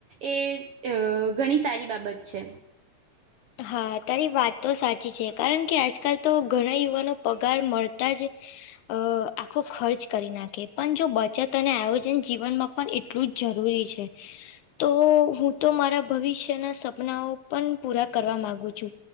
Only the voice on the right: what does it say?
એ અ ઘણી સારી બાબત છે.